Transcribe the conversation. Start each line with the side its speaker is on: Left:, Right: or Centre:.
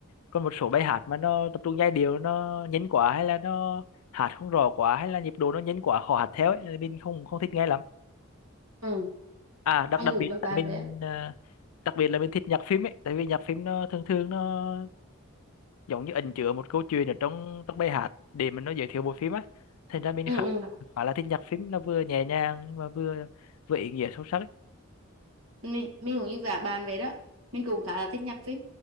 Left: còn một số bài hát mà nó tập trung giai điệu nó nhấn quá hay là nó hát không rõ quá hay là nhịp độ nó nhấn quá khó hát theo ấy là mình không không thích nghe lắm
Right: ừ
Left: à đặc
Right: à, anh
Left: đặc
Right: dùng
Left: biệt
Right: như bạn
Left: là mình
Right: đấy
Left: à, đặc biệt là mình thích nhạc phim ấy tại vì nhạc phim nó thường thường nó giống như ẩn chứa một câu chuyện ở trong trong bài hát để mà nó giới thiệu bộ phim á thành ra mình
Right: ừ
Left: khá
Right: ừ
Left: khá là thích nhạc phim nó vừa nhẹ nhàng nhưng mà vừa vừa ý nghĩa sâu sắc ấy.
Right: mình, mình cũng như vả bạn vậy đó mình cũng khá là thích nhạc phim